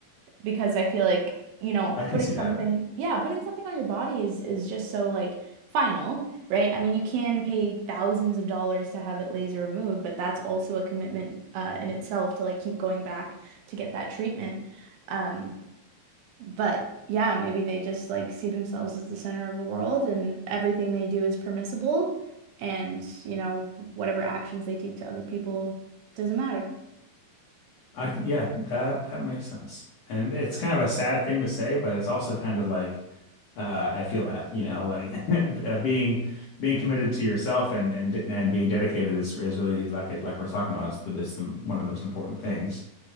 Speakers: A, on the right; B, on the left.
A: because I feel like, you know,
B: I can
A: putting
B: see that.
A: Yeah. something, yeah, putting something on your body is is just so like final, right? I mean, you can pay thousands of dollars to have it laser removed, but that's also a commitment uh in itself to like keep going back to get that treatment. Um, but yeah, maybe they just like see themselves as the center of the world and everything they do is permissible and, you know, whatever actions they take to other people doesn't matter.
B: I c- yeah, that that makes sense. And it's kind of a sad thing to say, but it's also kind of like uh, I feel that, you know, like <laughs> uh, being being committed to yourself and and de- and being dedicated is is really like it like we're talking about. It's the it's the, one of the most important things.